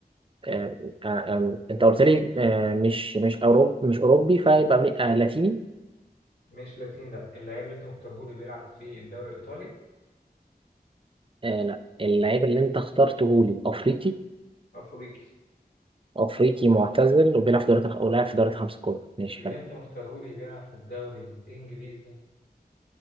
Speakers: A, on the right; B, on the left.
A: آه... آه... آه... أنت قلت لي آه... مش مش أوروبي مش أوروبي فيبقى من- آه... لاتيني
B: مش لاتيني لا اللعيب اللي انت مختاره لي بيلعب في الدوري الايطالي
A: آه... لا اللعيب اللي أنت اخترته لي أفريقي
B: افريقي
A: أفريقي معتزل وبيلعب في دوريات أو لاعب في دوريات الخمسة الكبرى ماشي
B: اللي
A: حلو
B: انت مختاره لي بيلعب في الدوري الانجليزي